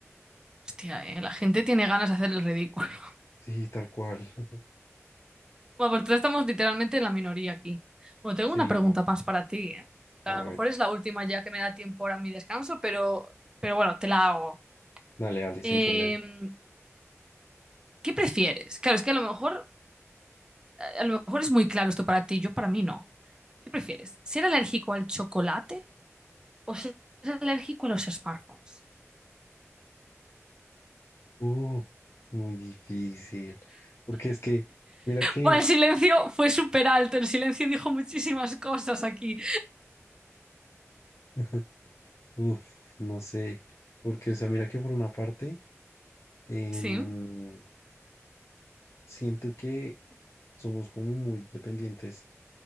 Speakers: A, on the right; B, on the left.
A: hostia, eh, La gente tiene ganas de hacer el ridículo. <laughs>
B: Sí, tal cual. <laughs>
A: Bueno, pues entonces estamos literalmente en la minoría aquí. Bueno, tengo
B: Sí,
A: una pregunta
B: no.
A: más para ti, eh. En plan,
B: A ver,
A: A lo mejor es la última ya que me da tiempo ahora en mi descanso, pero, pero bueno, te la hago.
B: dale, dale,
A: Eh,
B: sin problema.
A: ¿qué prefieres? Claro, es que a lo mejor, a lo mejor es muy claro esto para ti, yo para mí no. ¿Qué prefieres? ¿Ser alérgico al chocolate o seas alérgico a los smartphones.
B: Uh, muy difícil. Porque es que, mira que,
A: Buah, el silencio fue súper alto, el silencio dijo muchísimas cosas aquí.
B: <laughs> uf, no sé. Porque, o sea, mira que por una parte. Em,
A: Sí,
B: siento que somos como muy dependientes